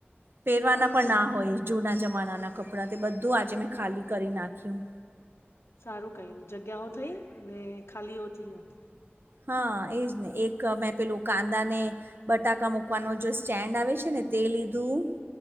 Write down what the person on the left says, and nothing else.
હા
સારું કર્યું જગ્યાઓ થઈ ને ખાલી હોતી હો.